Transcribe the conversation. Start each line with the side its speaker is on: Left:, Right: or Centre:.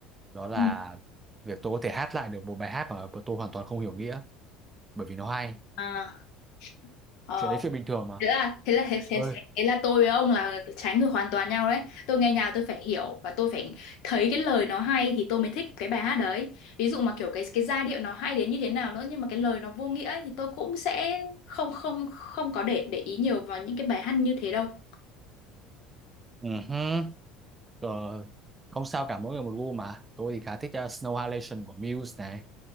Right: đó là
Left: Ừ.
Right: việc tôi có thể hát lại được một bài hát mà tôi hoàn toàn không hiểu nghĩa bởi vì nó hay
Left: à, Ờ,
Right: chuyện đấy chuyện bình thường mà
Left: thế là thế là thế, thế,
Right: ơi
Left: thế, thế là tôi với ông là trái ngược hoàn toàn nhau đấy. Tôi nghe nhạc tôi phải hiểu và tôi phải thấy cái lời nó hay thì tôi mới thích cái bài hát đấy. Ví dụ mà kiểu cái cái giai điệu nó hay đến như thế nào nữa nhưng mà cái lời nó vô nghĩa ấy, thì tôi cũng sẽ không không không có để để ý nhiều vào những cái bài hát như thế đâu.
Right: ừ hứ. Ờ, không sao cả mỗi người một gu mà tôi thì khá thích ờ, Snow Halation của Muse này